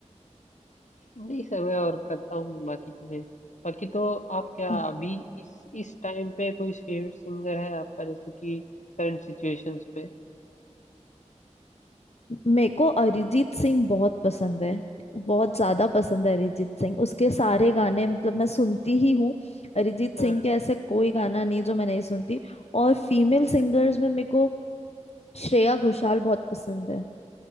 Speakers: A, on the left (about 75°); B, on the left (about 55°).
A: नहीं सब है और करता हूँ बाकी चीजें बाकी तो आप क्या
B: हम्म,
A: अभी इस इस टाइम पे कोई फेवरेट सिंगर है आपका जैसे कि करंट सिचुएशंस पे
B: मेरे को अरिजीत सिंह बहुत पसंद है बहुत ज्यादा पसंद है अरिजीत सिंह उसके सारे गाने मतलब मैं सुनती ही हूँ अरिजीत
A: हाँ
B: सिंह के ऐसे कोई गाना नहीं जो मैं नहीं सुनती और फीमेल सिंगर्स में मेरे को श्रेया घोषाल बहुत पसंद है